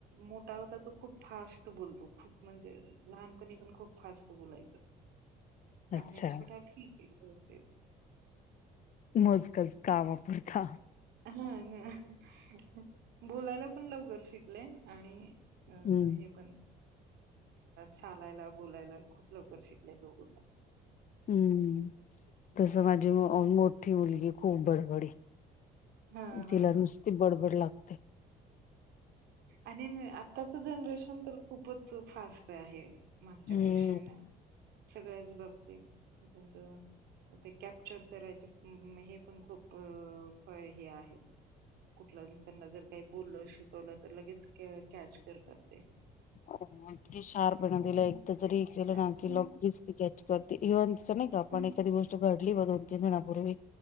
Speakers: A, on the right; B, on the left.
A: मोठा होता तो खूप फास्ट बोलतो, खूप म्हणजे लहानपणी पण खूप फास्ट बोलायचं
B: अच्छा
A: आणि छोटा ठीक आहे.
B: मोजकच कामा पुरता
A: हा बोलायला पण लवकर शिक आपले आणि अ
B: हम्म.
A: हे पण चालायला बोलायला खूप लवकर शिकले दोघं पण
B: हम्म तसं
A: हं.
B: माझी मोठी मुलगी खूप बडबडी
A: हां, हां.
B: तिला नुसती बडबड लागते.
A: आणि आताच जनरेशन तर खूपच फास्ट आहे. मागच्यापेक्षाही
B: हम्म.
A: नाही सगळ्याच बघती त्यांच ते कॅप्चर करायचे हे पण खूप हे आहे. कुठल्या त्यांना जर काही बोलल शिकवलं तर लगेच कॅच करतात ते
B: हो इतकी शार्प येण
A: हं.
B: तीला एकदा जरी हे केलं
A: अच्छा.
B: ना की
A: हं,
B: लेच त कॅच करते. इवन अस नाही का आपण
A: हं,
B: गोष्ट घडली दोन महिन्यापूर्वी